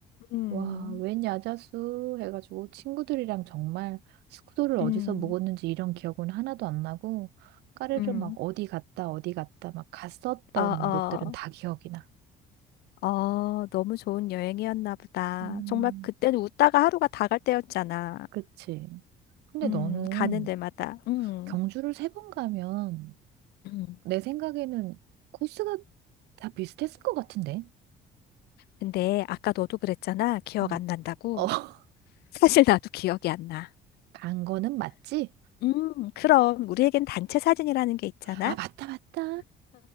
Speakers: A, on the left; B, on the right.
A: 음,
B: 와, 웬 야자수 해가지고 친구들이랑 정말 숙소를 어디서
A: 음,
B: 묵었는지 이런 기억은 하나도 안 나고 까르르
A: 음.
B: 막 어디 갔다 어디 갔다 막 갔었던
A: 어, 어,
B: 곳들은 다 기억이 나.
A: 어, 너무 좋은 여행이었나 보다.
B: 음,
A: 정말 그때는 웃다가 하루가 다 갈 때였잖아.
B: 그치. 근데
A: 음,
B: 너는
A: 가는 데마다. 음,
B: 경주를 세 번 가면
A: <clears throat> 음.
B: 내 생각에는 코스가 다 비슷했을 것 같은데.
A: 근데 아까 너도 그랬잖아. 기억
B: 어.
A: 안 난다고.
B: 어, <laughs>
A: 사실 나도 기억이 안 나.
B: 간 거는 맞지?
A: 음, 그럼 우리에겐 단체 사진이라는 게 있잖아.
B: 아, 맞다, 맞다.